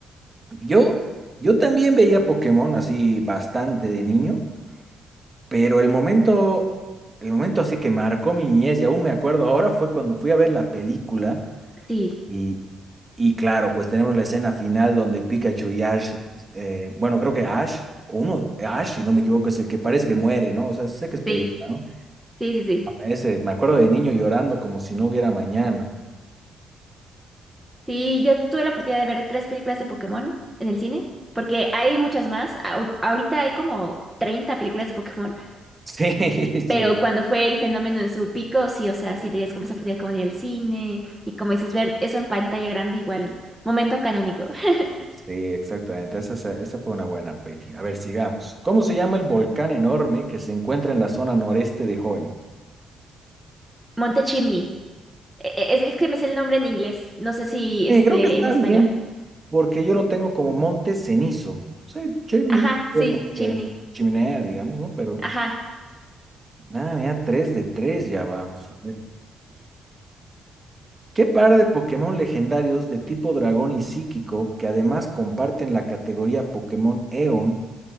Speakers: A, on the right (about 20°); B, in the centre.
A: Yo, yo también veía Pokémon así bastante de niño. Pero el momento, el momento así que marcó mi niñez, y aún me acuerdo ahora, fue cuando fui a ver la película
B: Sí,
A: y, y claro, pues tenemos la escena final donde Pikachu y Ash, eh, bueno, creo que Ash, o uno, Ash, si no me equivoco, es el que parece que muere, ¿no? O sea, sé que es película,
B: sí,
A: ¿no?
B: sí, sí, sí.
A: A Ese, me acuerdo de niño llorando como si no hubiera mañana. <laughs>
B: Sí, yo tuve la oportunidad de ver tres películas de Pokémon en el cine, porque hay muchas más. Ahor- ahorita hay como 30 películas de Pokémon,
A: Sí,
B: pero
A: sí,
B: cuando fue el fenómeno en su pico, sí, o sea, sí tenías como esa oportunidad como de ir al cine y como dices, ver eso en pantalla grande igual, momento canónico. <laughs>
A: sí, exactamente. Esa, esa esa fue una buena peli. A ver, sigamos. ¿Cómo se llama el volcán enorme que se encuentra en la zona noreste de Hoenn?
B: Monte Chimney. E- e- Es, es que me sé el nombre en inglés, no sé si esté
A: Sí, creo que está
B: en español.
A: bien porque yo lo tengo como monte cenizo. Sí, chimney,
B: Ajá,
A: o
B: sí,
A: como que
B: Chimney.
A: chimenea, digamos, ¿no? Pero,
B: Ajá.
A: nada, mira, 3 de 3 ya vamos. A ver. ¿Qué par de Pokémon legendarios de tipo dragón y psíquico, que además comparten la categoría Pokémon Eon,